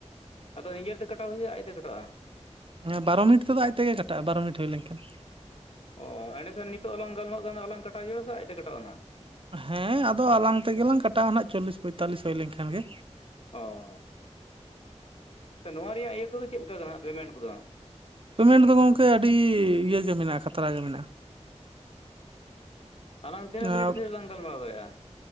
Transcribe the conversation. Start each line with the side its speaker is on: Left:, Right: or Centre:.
Left: ᱟᱫᱚ ᱱᱤᱡᱮᱛᱮ ᱠᱟᱴᱟᱣ ᱦᱩᱭᱩᱜᱼᱟ, ᱟᱡᱛᱮ ᱠᱟᱴᱟᱜᱼᱟ
Right: ᱦᱮᱸ ᱵᱟᱨ ᱢᱤᱱᱤᱴ ᱛᱮᱫᱚ ᱟᱡ ᱛᱮᱜᱮ ᱠᱟᱴᱟᱜᱼᱟ ᱵᱟᱨᱳ ᱢᱤᱱᱤᱴ ᱦᱩᱭ ᱞᱮᱱᱠᱷᱟᱱ
Left: ᱚ ᱮᱸᱰᱮᱠᱷᱟᱱ ᱱᱤᱛᱚᱜ ᱟᱞᱟᱝ ᱜᱟᱞᱢᱟᱨᱟᱜ ᱠᱟᱱ ᱫᱚ ᱟᱞᱟᱝ ᱠᱟᱴᱟᱣ ᱦᱩᱭᱩᱜᱼᱟ ᱥᱮ ᱟᱡᱛᱮ ᱠᱟᱴᱟᱜᱼᱟ ᱱᱟᱦᱟᱜ
Right: ᱦᱮᱸ ᱟᱫᱚ ᱟᱞᱟᱝ ᱛᱮᱜᱮᱞᱟᱝ ᱠᱟᱴᱟᱣᱟ ᱱᱟᱦᱟᱜ ᱪᱚᱞᱞᱤᱥ ᱯᱚᱸᱭᱛᱟᱞᱞᱤᱥ ᱦᱩᱭ ᱞᱮᱱᱠᱷᱟᱱ ᱜᱮ
Left: ᱚ ᱛᱚ ᱱᱚᱣᱟ ᱨᱮᱭᱟᱜ ᱤᱭᱟᱹ ᱠᱚᱫᱚ ᱪᱮᱫ ᱞᱮᱠᱟ ᱠᱟᱱᱟ ᱯᱮᱢᱮᱱᱴ ᱠᱚᱫᱚ
Right: ᱯᱮᱢᱮᱱᱴ ᱫᱚ ᱜᱚᱝᱠᱮ ᱟᱹᱰᱤ ᱤᱭᱟᱹ ᱜᱮ ᱢᱮᱱᱟᱜᱼᱟ ᱠᱷᱟᱛᱨᱟ ᱜᱮ ᱢᱮᱱᱟᱜᱼᱟ
Left: ᱟᱞᱟᱝ
Right: ᱢᱮᱱᱟᱜᱼᱟ
Left: ᱛᱤᱱᱟᱹ ᱢᱤᱱᱴ ᱛᱮᱞᱟᱝ ᱞᱟᱝ ᱜᱟᱞᱢᱟᱨᱟᱣ ᱫᱟᱲᱮᱼᱟ